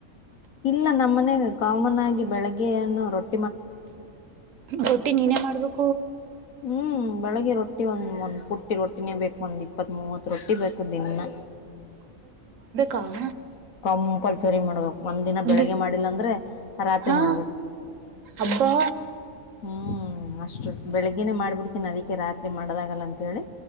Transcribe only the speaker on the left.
ಇಲ್ಲ ನಮ್ಮನೆಗ್ ಕಾಮನ್ ಆಗಿ ಬೆಳಗ್ಗೆಯೆನು ರೊಟ್
ಹ್ಮ್ ಬೆಳಗ್ಗೆ ರೊಟ್ಟಿ ಒಂದ್ ಒಂದ್ ಪುಟ್ಟಿ ರೊಟ್ಟಿನೇ ಬೇಕು ಅಂದಿ ಇಪತ್ ಮೂವತ್ತ್ ರೊಟ್ಟಿ ಬೇಕು ದಿನ್ನಾ.
ಕಂಪಲ್ಸರಿ ಮಾಡ್ಬೇಕ್. ಒಂದ್ ದಿನ
ಬೆಳಗ್ಗೆ ಮಾಡಿಲ್ಲ ಅಂದ್ರೆ ರಾತ್ರಿ
ಮಾಡ್ಬೇಕ್.
ಹ್ಮ್ ಹ್ಮ್ ಅಷ್ಟು ಬೆಳಗೆನೇ ಮಾಡ್ಬುಡ್ತೀನಿ ಅದಿಕ್ಕೆ ರಾತ್ರಿ ಮಾಡ್ದಾಗಲ್ಲ ಅಂ ಹೇಳಿ.